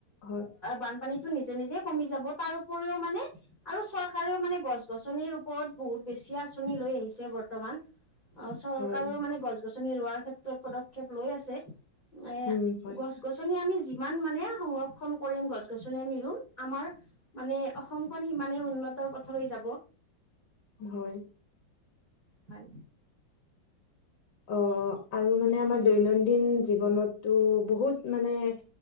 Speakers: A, on the left; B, on the left.
A: হয়
B: বানপানীতো নিজে নিজে কমি যাব তাৰওপৰিও মানে আৰু চৰকাৰেও মানে গছ গছনিৰ ওপৰত বহুত বেছি আঁচনি লৈ আহিছে বৰ্তমান অ চৰকাৰেও
A: হয়
B: মানে গছ গছনি ৰোৱাৰ ক্ষেত্ৰত পদক্ষেপ লৈ আছে। এ
A: উম হয়
B: গছ গছনি আমি জি ইমান মানে সংৰক্ষণ কৰিম গছ গছনি আমি ৰুম আমাৰ মানে অসমখন সিমানে উন্নত তৰ পথলৈ যাব
A: হয়
B: হয়
A: অ আৰু মানে আমাৰ দৈনন্দিন জীৱনটো বহুত মানে অ